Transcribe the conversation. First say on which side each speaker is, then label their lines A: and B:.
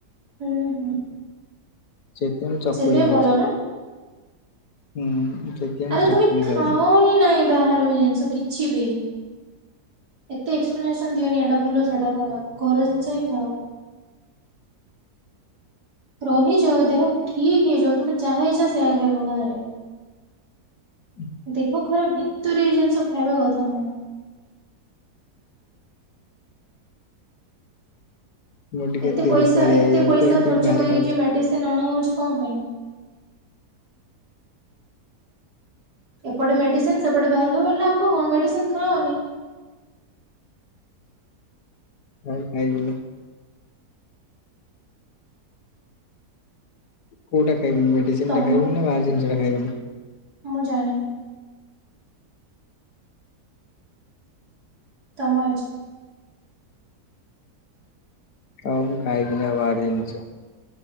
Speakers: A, on the right; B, on the left.
A: ହୁଁ ହୁଁ।
B: ସେତେଓଳେ ଚକୁଳି
A: ସେଥିପାଇଁ
B: ଖାଉଚି
A: ଭଲ ନା
B: ହୁଁ। ମୁଁ
A: ଆରେ
B: ଚକୁଳି
A: ତମେ ଖାଅ
B: ଖାଉଛି
A: ହିଁ ନାହିଁ ବାହାର ଜିନିଷ କିଛି ବି? ଏତେ ଏକ୍ସପ୍ଲେ ସନ ଦିଅନି ଏଟା ଭଲ ସେଇଟା ଖରାପ ଘର ଜିନିଷ ହିଁ ଖାଅ। ରହିଯ ଦେହ ଠିକ ହେଇଯାଉ ତମେ ଯାହା ଇଛା ସେଇୟା ଖାଇବ ବାହାରେ।
B: ହୁଁ।
A: ଦେହ ଖରାପ ଭିତରେ ଏଇ ଜିନିଷ ଖାଇବା କଥା ନୁହେଁ।
B: ମୁଁ ଟିକେ
A: ଏତେ
B: ଦୁର୍ବଳିଆ
A: ପଇସା ଏତେ
B: ହେଇଯାଉଛି
A: ପଇସା
B: ତ ଏଇଥିପାଇଁ
A: ଖର୍ଚ୍ଚ
B: ବାହାରେ
A: କରିକି
B: ଖାଉଛି
A: ଯେ ମେଡିସିନ ଅଣା ହଉଛି କଣ ପାଇଁ? ଏପଟେ ମେଡିସିନ ସେପଟେ ବାହାରେଖାଇବ ଲାଭ କଣ ମେଡିସିନ ଖାଅନି?
B: ଆଉ ଖାଇବି ନି। କୋଉଟା ଖାଇବନି ମେଡିସିନ
A: ତମଠୁ
B: ଟା ଖାଇବନି ନା ବାହାର ଜିନିଷ ଟା ଖାଇବନି?
A: ମୁଁ ଜାଣିନି। ତମ ଇଚ୍ଛା।
B: ହଉ ମୁଁ ଖାଇବିନି ଆଉ ବାହାର ଜିନିଷ।